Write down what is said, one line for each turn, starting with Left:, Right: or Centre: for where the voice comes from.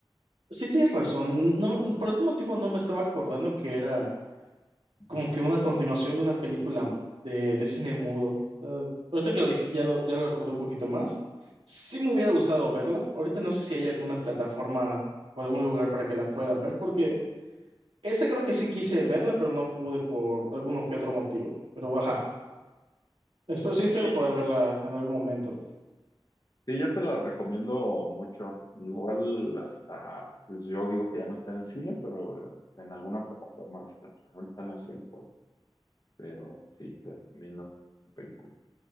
Right: sí tienes razón. No, por algún motivo no me estaba acordando que era.
Left: Ujú.
Right: como que una continuación de una película de, de cine mudo. Eh, ahorita que lo dijiste, ya lo, ya lo recordé un poquito más. Sí me hubiera gustado verla. Ahorita no sé si hay alguna plataforma o algún lugar para que la pueda ver, porque esa creo que sí quise verla, pero no pude por alguno que otro motivo. Pero ajá, espero, sí espero
Left: Y
Right: poder verla en algún momento.
Left: Sí, yo te la recomiendo mucho. Igual hasta, pues, yo digo que ya no está en el cine, pero en alguna plataforma va a estar. Ahorita no sé en cuál, pero sí, te recomiendo la película.